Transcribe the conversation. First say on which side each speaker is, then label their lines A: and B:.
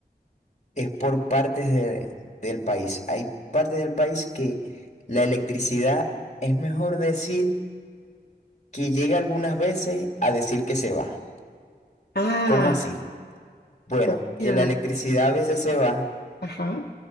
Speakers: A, on the left; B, on the left.
A: es por partes de- del país. Hay partes del país que la electricidad es mejor decir que llega algunas veces a decir que se va.
B: Ah,
A: ¿Cómo así? Bueno,
B: o
A: que
B: sea,
A: la electricidad a veces se va,
B: ajá,